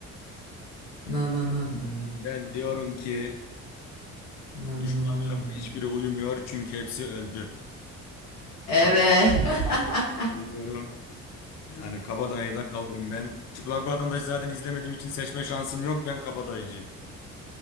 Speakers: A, on the left; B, on the left.
A: Na na na na.
B: Ben diyorum ki
A: Na
B: düşmanlarımın
A: na na na.
B: hiçbiri uyumuyor çünkü hepsi öldü.
A: Evet.
B: Kabadayı
A: <laughs>
B: diyorum. Yani Kabadayı'da kalırım ben. Çıplak Vatandaşı zaten izlemediğim için seçme şansım yok. Ben Kabadayıcıyım.